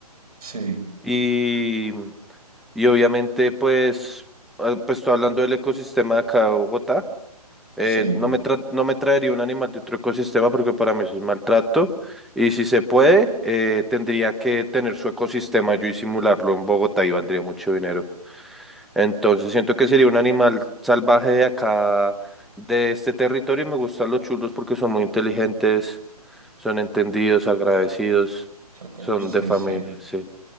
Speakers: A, on the right; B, in the centre.
A: Sí,
B: y, y obviamente, pues, ah, pues estoy hablando del ecosistema de acá de Bogotá. eh,
A: sí,
B: no me tra- no me traería un animal de otro ecosistema porque para mí eso es maltrato. Y si se puede, eh, tendría que tener su ecosistema yo y simularlo en Bogotá y valdría mucho dinero. Entonces siento que sería un animal salvaje de acá, de este territorio, y me gustan los chulos porque son muy inteligentes, son entendidos, agradecidos,
A: son como
B: son
A: ustedes,
B: de familia,
A: sí.
B: sí,